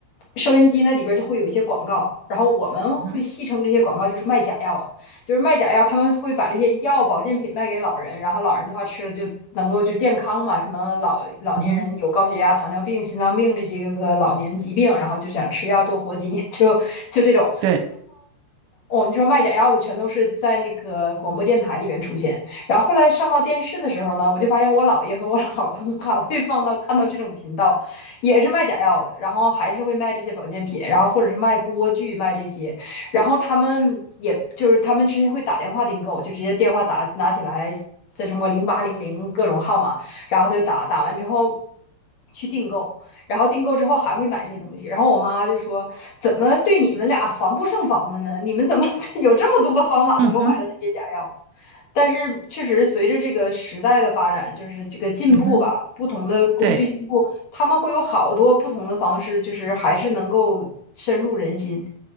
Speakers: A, on the left; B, on the right.
A: 收音机那里边就会有一些广告，然后我们会戏称这些广告就是卖假药的。
B: 嗯哼，
A: 就是卖假药，他们会把这些药保健品卖给老人，然后老人的话吃了就能够就健康嘛。可能老老年人有高血压、
B: 嗯哼，
A: 糖尿病、心脏病这些个个老年疾病，然后就想吃药多活几年，<laughs> 就就这种。
B: 对，
A: 我们说卖假药的全都是在那个广播电台里面出现，然后后来上到电视的时候呢，我就发现我姥爷和我姥他们还会放到看到这种频道，也是卖假药的，然后还是会卖这些保健品，然后或者是卖锅具卖这些，然后他们也就是他们之前会打电话订购，就直接电话打拿起来，在中国零八零零各种号码，然后他就打打完之后去订购。然后订购之后还会买这些东西。然后我妈就说：“怎么对你们俩防不胜防的呢？你们怎么 <laughs> 有这么多个方法能够买到这些假药？”
B: 嗯哼，
A: 但是确实，随着这个时代的发展，就是这个进步吧，
B: 嗯哼，
A: 不同的工具进步，
B: 对，
A: 他们会有好多不同的方式，就是还是能够深入人心。